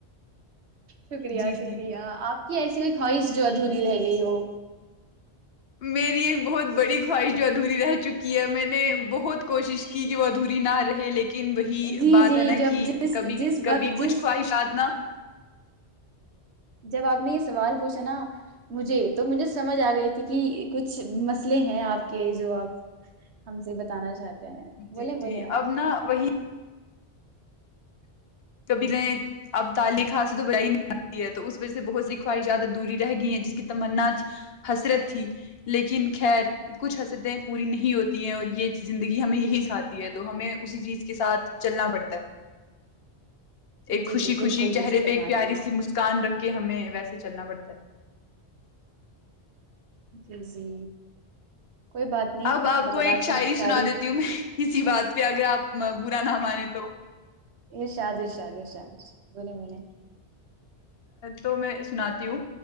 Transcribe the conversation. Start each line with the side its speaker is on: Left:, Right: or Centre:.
Right: شکریہ
Left: جی
Right: شکریہ
Left: جی
Right: آپ کہ ایسی کوئی خواہش جو ادھوری رہ گئی ہو
Left: میری ایک بہت بڑی خواہش جو ادھی رہ چکی کیا میں نے بہت کوشش کی کہ وہ ادھوری نہ رہے لیکن وہی
Right: جی
Left: بات
Right: جی
Left: ہے نا
Right: جب
Left: کہ
Right: جس
Left: کبھی
Right: جس
Left: کبھی
Right: وقت
Left: کچھ
Right: جس
Left: خواہشات نا
Right: جب آپ نے اس سوال پوچھا نا مجھے تو مجھے سمجھ آ گئی تھی کہ کچھ مسئلے ہیں آپ کے جو آپ ہم سے بتانا چاہتے ہیں
Left: جی
Right: بولیں
Left: جی
Right: بولیں آپ
Left: اب ن وہی کبھی کہیں اب تعلیخ حاتھ سے تو بڑائی نہیں آتی ہے تو اس وجہ سے بہت سی خواہشیں زیادہ دوری رہ گئی ہیں جس کی تمنا حسرت تھی لیکن خیر کچھ حسرتیں پوری نہیں ہوتی ہیں اور یہ زندگی ہمیں یہی ساتتی ہے تو ہمیں اسی چیز کے ساتھ چلنا پڑتا ہے ایک
Right: جی
Left: خوشی
Right: جی
Left: خوشی
Right: بالکل
Left: چہرے
Right: درست فرما
Left: پہ ایک پیاری
Right: رہے ہیں آپ
Left: سی مسکان رکھے ہمیں ویسے چلنا پڑتا ہے
Right: کے جی کوئی بات نہیں
Left: اب آپ
Right: اللہ
Left: کو
Right: تعالی
Left: ایک
Right: کی
Left: شاعری
Right: ساری
Left: سنا دیتی ہوں میں کسی بات پہ اگر آپ برا نہ مانے تو
Right: یشادد اشادے شادےش <unintelligible> بولیں بولیں
Left: تو میں سناتی ہوں